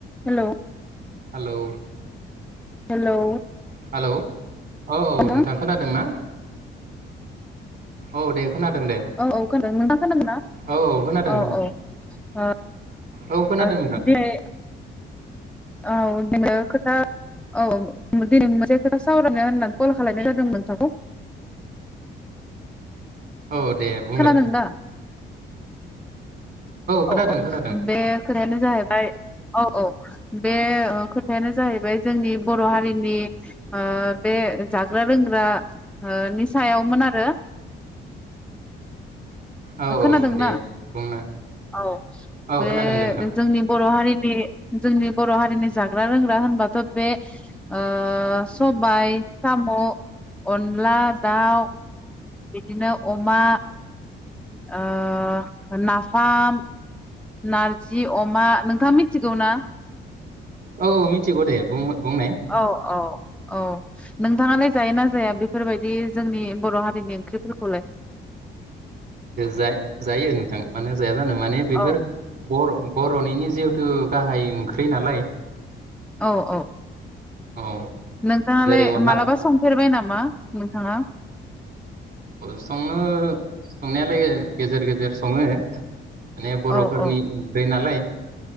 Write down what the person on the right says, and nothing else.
hello
hello औ औ
नोंथां खोनादों ना। औ दे खोनादों दे
औ खोनादों
खोनादों
औ खोनादों
नोंथां
औ दे बुंलाय
खोनादों
खोनादों
औ
औ दे बुंनो
औ
खोनादों दे नोंथां
औ औ मिथिगौ दे बुं बुंनाय
जा जायो नोंथां मानो जाया जानो माने बेफोर
बर' बर'निनो जिहेथु गाहाय ओंख्रि नालाय
औ
जेरै अनला
संनो संनायालाय गेजेर गेजेर सङो माने बर'फोरनि
ओंख्रि नालाय